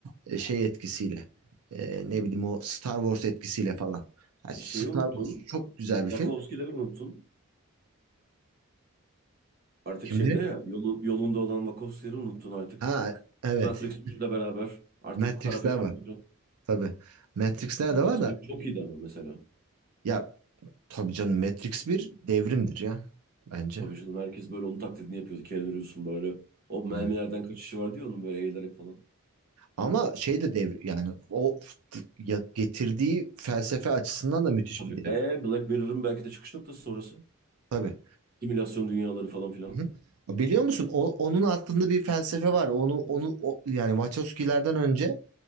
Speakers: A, on the right (about 80°); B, on the right (about 40°).
A: e, şey etkisiyle e, ne bileyim o Star Wars etkisiyle falan. Yani
B: E
A: Star
B: şeyi unuttun.
A: Wars çok güzel bir
B: Wachowski'leri
A: film.
B: unuttun. Artık
A: Kimleri?
B: şeyde ya yolu- yolunda olan Wachowski'leri unuttun artık.
A: Ha evet
B: Matrix 3'le beraber artık
A: Matrix'ler
B: para peşinde
A: var
B: koşan.
A: tabii. Matrix'ler
B: Matrix
A: de var da
B: bir çok iyiydi ama mesela.
A: Ya tabii canım Matrix bir devrimdir ya bence.
B: Tabii canım herkes böyle onun taklidini yapıyordu. Keanu Reeves'un böyle. O mermilerden
A: Aynen.
B: kaçışı vardı ya onun böyle eğilerek falan.
A: Ama şey de dev yani o f- ya- getirdiği felsefe açısından da müthiş
B: Tabii
A: bir devrim.
B: e Black Mirror'ın belki de çıkış noktası sonrası.
A: Tabii.
B: Simülasyon dünyaları falan filan.
A: Hı. Biliyor musun o, onun altında bir felsefe var. Onu onu o, yani Wachowski'lerden önce